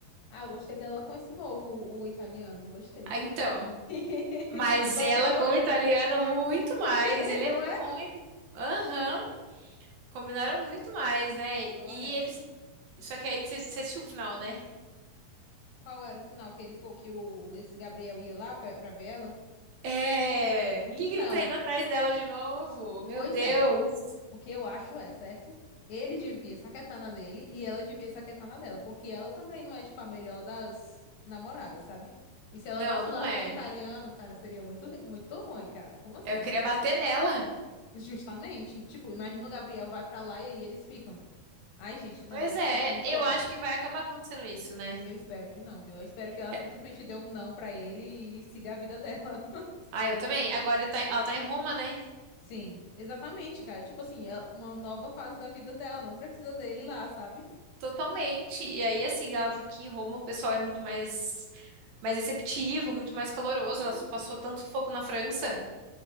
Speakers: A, on the left; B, on the right.
A: Ah, eu gostei dela com esse novo, o, o italiano. Gostei.
B: Ah, Então,
A: <laughs>
B: Mas
A: Tu não
B: ela,
A: gostou?
B: como italiana, muito mais.
A: <laughs>
B: Ele
A: Não
B: é
A: é?
B: muito. Aham, combinaram muito mais, né?
A: Agora.
B: E eles. Só que aí você você assistiu o final, né?
A: Qual era o final que ele for que o esse Gabriel ia lá pra pra ver ela?
B: É.
A: Então,
B: O que que ele tá indo atrás dela de novo? Meu
A: pois
B: Deus.
A: é. O que eu acho é, certo? Ele devia saquetar na dele e ela devia saquetar na dela, porque ela também não é tipo a melhor das namoradas, sabe? E se ela
B: Não,
A: vacilar
B: não é.
A: com esse italiano, cara, seria muito ri- muito ruim, cara. Como assim?
B: Eu queria bater nela.
A: Justamente, tipo, imagina o Gabriel vai pra lá e aí eles ficam. Ai, gente, não,
B: Pois
A: eu ia
B: é,
A: ficar com muito
B: eu
A: ódio.
B: acho que vai acabar acontecendo isso, né?
A: Eu espero que não, viu? Eu espero que ela simplesmente
B: É.
A: dê um não pra ele e siga a vida dela.
B: Ah, eu também. Agora ele tá em- ela tá em Roma, né?
A: Sim, exatamente, cara. Tipo assim, é uma nova fase da vida dela, não precisa dele lá, sabe?
B: Totalmente. E aí, assim, ela viu que em Roma o pessoal é muito mais, mais receptivo, muito mais caloroso.
A: Sim.
B: Ela passou tanto sufoco na França.